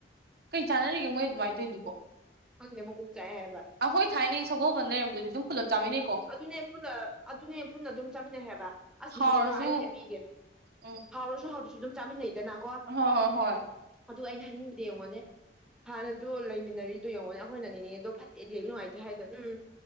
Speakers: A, on the right; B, in the centre.
A: ꯀꯩ ꯆꯥꯟꯅꯔꯤꯒꯦ ꯃꯣꯏ ꯑꯗꯨꯃꯥꯏꯅ ꯇꯧꯏꯗꯨꯕꯣ
B: ꯈꯪꯗꯦ ꯃꯀꯣꯛ ꯆꯥꯛꯑꯦ ꯍꯥꯏꯕ
A: ꯑꯩꯈꯣꯏ ꯊꯥꯏꯅꯩ ꯁꯒꯣꯜꯕꯟ ꯂꯩꯔꯝꯕꯗꯨꯗꯤ ꯑꯗꯨꯝ ꯄꯨꯂꯞ ꯆꯥꯃꯤꯟꯅꯩ
B: ꯑꯗꯨꯅꯦ ꯄꯨꯟꯅ ꯑꯗꯨꯅꯦ ꯄꯨꯟꯅ ꯑꯗꯨꯝ ꯆꯠꯃꯤꯟꯅꯩꯑꯕ ꯑꯁꯅ
A: ꯍꯥꯎꯔꯁꯨ
B: ꯍꯦꯒ ꯑꯩ ꯍꯥꯏꯕꯤꯒꯦ
A: ꯎꯝ
B: ꯍꯥꯎꯔꯁꯨ ꯍꯥꯎꯇꯔꯁꯨ ꯑꯗꯨꯝ ꯆꯥꯃꯤꯟꯅꯩꯗꯅꯀꯣ
A: ꯍꯣꯏ ꯍꯣꯏ ꯍꯣꯏ
B: ꯑꯗꯨ ꯑꯩꯅ ꯍꯥꯏꯅꯤꯡꯕꯗꯤ ꯌꯦꯡꯉꯣꯅꯦ ꯍꯥꯟꯅꯗꯣ ꯂꯩꯃꯤꯟꯅꯔꯤꯗꯨ ꯌꯦꯡꯉꯣꯅꯦ ꯑꯩꯈꯣꯏꯅꯅꯤꯅꯦ ꯑꯗꯣ ꯐꯠꯇꯦꯗꯤ ꯅꯨꯡꯉꯥꯏꯇꯦ ꯍꯥꯏꯗꯣ ꯎꯝ